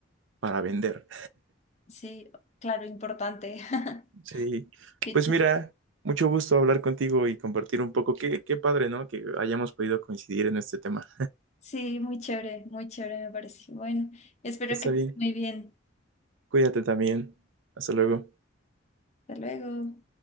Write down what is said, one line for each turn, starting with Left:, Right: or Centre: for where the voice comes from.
Right: para vender.
Left: Sí, claro, importante. <laughs>
Right: Sí,
Left: Qué
Right: pues
Left: chi-
Right: mira, mucho gusto hablar contigo y compartir un poco. Qué, qué padre, ¿no? Que hayamos podido coincidir en este tema.
Left: Sí, muy chévere, muy chévere me parece. Bueno, espero
Right: Está
Left: que estés
Right: bien,
Left: muy bien.
Right: cuídate también. Hasta luego.
Left: Hasta luego.